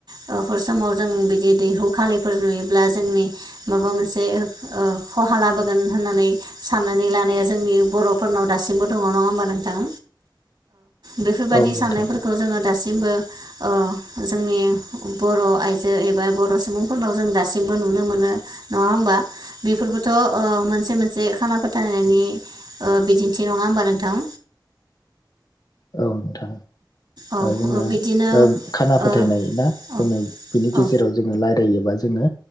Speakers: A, on the right (about 60°); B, on the left (about 55°).
A: बेफोर समाव जों बिदि दैहु खालिफोर नुयोब्ला जोंनि माबा मोनसे ओ खहा लाबोगोन होननानै साननानै लानाया जोंनि बर'फोरनाव दासिमबो दङ नङा होमबा नोंथां? बेफोरबायदि
B: औ नोंथां
A: साननायफोरखौ जोङो दासिम दासिमबो ओ जोंनि बर' आइजो एबा बर' सुबुंफोरनाव जों दासिमबो नुनो मोनो नङा होमबा बेफोरबोथ' ओ मोनसे मोनसे खाना फोथायनायनि बिदिन्थि नङा होमबा नोंथां?
B: औ नोंथां
A: औ
B: जोङो
A: औ बिदिनो
B: खाना फोथायनाय
A: ओ
B: ना
A: औ
B: जोङो बिनि
A: औ
B: गेजेराव जोङो रायलायोबा जोङो